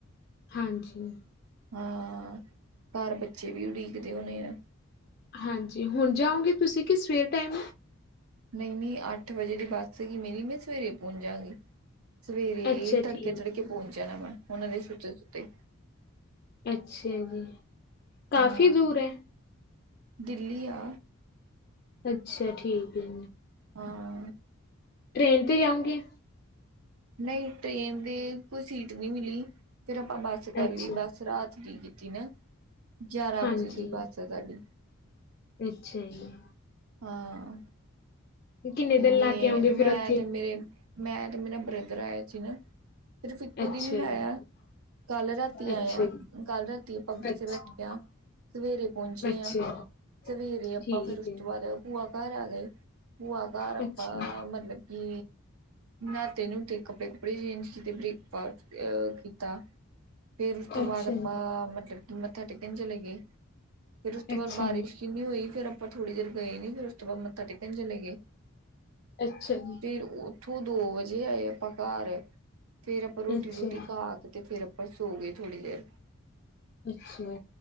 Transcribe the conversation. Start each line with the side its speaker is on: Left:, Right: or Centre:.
Left: ਹਾਂਜੀ।
Right: ਹਾਂ ਘਰ ਬੱਚੇ ਵੀ ਉਡੀਕਦੇ ਹੋਣੇ ਆ।
Left: ਹਾਂਜੀ ਹੁਣ ਜਾਓਂਗੇ ਤੁਸੀਂ ਕਿ ਸਵੇਰ ਟਾਈਮ।
Right: ਨਹੀਂ, ਨਹੀਂ ਅੱਠ ਵਜੇ ਦੀ ਬੱਸ ਸੀਗੀ ਮੇਰੀ। ਮੈਂ ਸਵੇਰੇ ਪਹੁੰਚ ਜਾਂਗੀ। ਸਵੇਰੇ
Left: ਅੱਛਾ
Right: ਤੜਕੇ-ਤੜਕੇ
Left: ਠੀਕ
Right: ਪਹੁੰਚ ਜਾਣਾ ਮੈਂ ਉਹਨਾਂ ਦੇ ਸੁੱਤੇ-ਸੁੱਤੇ।
Left: ਅੱਛਾ ਜੀ, ਕਾਫ਼ੀ
Right: ਹਾਂ
Left: ਦੂਰ ਹੈ।
Right: ਦਿੱਲੀ ਆ!
Left: ਅੱਛਾ ਠੀਕ ਏ।
Right: ਹਾਂ।
Left: ਟਰੇੇਨ ਤੇ ਜਾਊਂਗੇ।
Right: ਨਹੀਂ ਟ੍ਰੇਨ ਦੇ ਕੋਈ ਸੀਟ ਨਹੀਂ ਮਿਲੀ, ਫਿਰ ਆਪਾਂ ਬੱਸ ਤੇ ਕਰ
Left: ਅੱਛਾ,
Right: ਲਈ ਬੱਸ ਰਾਤ ਦੀ ਕੀਤੀ ਨਾ ਗਿਆਰਾਂ
Left: ਹਾਂਜੀ,
Right: ਵਜੇ ਦੀ ਬੱਸ ਹੈ ਸਾਡੀ।
Left: ਅੱਛਾ ਜੀ।
Right: ਹਾਂ!
Left: ਕਿੰਨੇ
Right: ਤੇ
Left: ਦਿਨ
Right: ਮੈਂ-
Left: ਲਾ ਕੇ ਆਉਂਗੇ ਫਿਰ
Right: ਮੈਂ
Left: ਉੱਥੇ?
Right: ਤੇ ਮੇਰੇ ਮੈਂ ਤੇ ਮੇਰਾ ਬ੍ਰਦਰ ਆਇਆ ਸੀ ਨਾ। ਸਿਰਫ਼ ਇੱਕੋ
Left: ਅੱਛਾ
Right: ਦਿਨ ਲਾਇਆ।
Left: ਜੀ,
Right: ਕੱਲ ਰਾਤੀ ਆਏ
Left: ਅੱਛਾ
Right: ਆ,
Left: ਜੀ,
Right: ਕੱਲ ਰਾਤੀ ਬੱਸੇ
Left: ਅੱਛਾ,
Right: ਬੈਠੇ ਆ। ਸਵੇਰੇ ਪਹੁੰਚੇ
Left: ਅੱਛਾ
Right: ਆ ਸਵੇਰੇ
Left: ਜੀ,
Right: ਆਪਾਂ
Left: ਠੀਕ
Right: ਫੇਰ ਉਸ
Left: ਹੈ।
Right: ਤੋਂ ਬਾਅਦ ਭੂਆ ਘਰ ਆ ਗਏ, ਭੂਆ ਘਰ ਆਪਾਂ
Left: ਅੱਛਾ
Right: ਮਤਲਬ ਕਿ ਨਾਤੇ ਨੁਤੇ, ਕੱਪੜੇ ਕੂਪੜੇ ਚੇਂਜ ਕੀਤੇ, ਬ੍ਰੇਕਫਾਸਟ ਕੀਤਾ। ਫੇਰ ਉਸ ਤੋਂ
Left: ਅੱਛਾ
Right: ਬਾਅਦ ਆਪਾਂ
Left: ਜੀ
Right: ਮਤਲਬ ਮੱਥਾ ਟੇਕਣ ਚਲੇ ਗਏ ਫੇਰ ਉਸ ਤੋਂ
Left: ਅੱਛਾ
Right: ਬਾਅਦ ਬਾਰਿਸ਼
Left: ਜੀ
Right: ਕਿੰਨੀ ਹੋਈ ਫਿਰ ਆਪਾਂ ਥੋੜ੍ਹੀ ਦੇਰ ਗਏ ਨੀ ਫੇਰ ਉਸ ਤੋਂ ਬਾਅਦ ਮੱਥਾ ਟੇਕਣ ਚਲੇ ਗਏ।
Left: ਅੱਛਾ ਜੀ।
Right: ਫਿਰ ਉੱਥੋਂ ਦੋ ਵਜੇ ਆਏ ਆਪਾਂ ਘਰ ਫੇਰ ਆਪਾਂ ਰੋਟੀ
Left: ਅੱਛਾ
Right: ਰੂਟੀ
Left: ਜੀ
Right: ਖਾ ਕੇ ਤੇ ਫਿਰ ਬਸ ਸੌ ਗਏ ਥੋੜੀ ਦੇਰ।
Left: ਅੱਛਾ!